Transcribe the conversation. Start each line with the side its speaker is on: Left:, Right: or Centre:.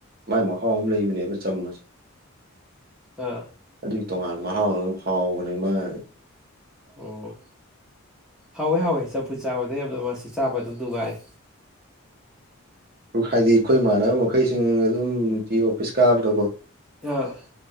Right: ꯃꯥꯏ ꯃꯍꯥꯎ ꯑꯃ ꯂꯩꯕꯅꯦꯕ ꯆꯝꯝꯕꯁꯦ
Centre: ꯑꯥ
Right: ꯑꯗꯨꯒꯤ ꯇꯣꯉꯥꯟ ꯃꯍꯥꯎ ꯑꯃ ꯍꯥꯎꯕꯅꯤ ꯃꯥꯒꯤ
Centre: ꯑꯣ ꯍꯥꯎꯋꯦ ꯍꯥꯎꯋꯦ ꯆꯝꯐꯨꯠ ꯆꯥꯕꯗ ꯌꯥꯝꯅ ꯃꯁꯤ ꯆꯥꯕ ꯑꯗꯨꯝ ꯅꯨꯡꯉꯥꯏ
Right: ꯎꯝ ꯍꯥꯏꯗꯤ ꯑꯩꯈꯣꯏ ꯏꯃꯥꯟꯅꯕ ꯃꯈꯩꯁꯤꯡ ꯑꯗꯨꯝ ꯅꯨꯡꯇꯤ ꯑꯣꯐꯤꯁ ꯀꯥꯕꯗꯀꯣ
Centre: <unintelligible>